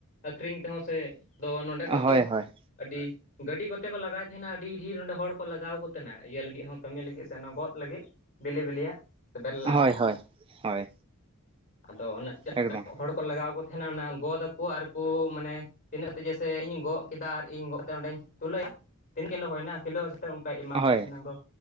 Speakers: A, on the left (about 50°); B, on the right (about 25°).
A: ᱟᱠᱷᱨᱤᱧ ᱛᱮᱦᱚᱸ ᱥᱮ, ᱫᱚ ᱱᱚᱰᱮ ᱠᱷᱚᱡ
B: ᱦᱳᱭ
A: ᱫᱚ,
B: ᱦᱳᱭ
A: ᱟᱹᱰᱤ ᱜᱟᱹᱰᱤ ᱠᱚᱛᱮ ᱠᱚ ᱞᱟᱜᱟᱭ ᱛᱟᱦᱮᱸᱱᱟ ᱟᱹᱰᱤ ᱰᱷᱤᱨ ᱚᱸᱰᱮ ᱦᱚᱲ ᱠᱚ ᱞᱟᱜᱟᱣ ᱠᱚ ᱛᱟᱦᱮᱸᱱᱟ, ᱤᱭᱟᱹ ᱞᱟᱹᱜᱤᱫ ᱦᱚᱸ ᱠᱟᱹᱢᱤ ᱞᱟᱹᱜᱤᱫ ᱥᱮ ᱚᱱᱮ ᱜᱚᱫ ᱞᱟᱹᱜᱤᱫ᱾ ᱵᱮᱞᱮ ᱵᱮᱞᱮᱭᱟᱜ ᱥᱮ ᱵᱮᱨᱮᱞᱟᱜ
B: ᱦᱳᱭ
A: ᱦᱚᱸ,
B: ᱦᱳᱭ ᱦᱳᱭ
A: ᱟᱫᱚ ᱩᱱᱟᱹᱜ
B: ᱮᱠᱫᱚᱢ᱾
A: ᱠᱚ ᱞᱟᱜᱟᱣ ᱠᱚ ᱛᱟᱦᱮᱱᱟ ᱚᱱᱟ ᱜᱚᱫᱟᱠᱩ ᱟᱨ ᱠᱩ ᱢᱟᱱᱮᱼᱼ ᱛᱤᱱᱟᱹᱜ <unintelligible> ᱥᱮ ᱤᱧᱤᱧ ᱜᱚᱜ ᱠᱮᱫᱟ ᱟᱨ ᱤᱧ ᱜᱚᱜ ᱟᱛᱮ ᱚᱸᱰᱮᱧ ᱛᱩᱞᱟᱹᱭᱟ, ᱛᱤᱱᱟᱹᱜ ᱠᱤᱞᱳ ᱦᱩᱭᱱᱟ ᱠᱤᱞᱳ ᱦᱤ ᱛᱮ ᱚᱱᱠᱟᱭ ᱮᱢᱟ
B: ᱦᱳᱭ
A: ᱠᱚ ᱛᱟᱦᱮᱸᱱᱟ ᱜᱚ,